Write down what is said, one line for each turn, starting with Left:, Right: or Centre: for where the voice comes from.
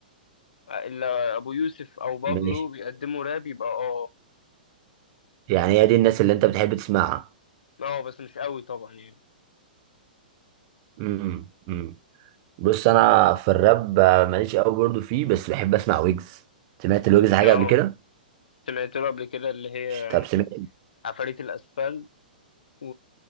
Left: آه، إلا أبو يوسف أو بابلو
Right: ماشي
Left: بيقدموا راب يبقى اه
Right: يعني هي دي الناس اللي انت بتحب تسمعها
Left: اه بس مش قوي طبعا يعني
Right: امم امم بص انا في الراب آه، ماليش قوي برضو فيه بس بحب اسمع ويجز سمعت الويجز حاجه
Left: اه
Right: قبل كده
Left: سمعت له قبل كده اللي هي
Right: طب سمعت
Left: عفاريت الأسفل و...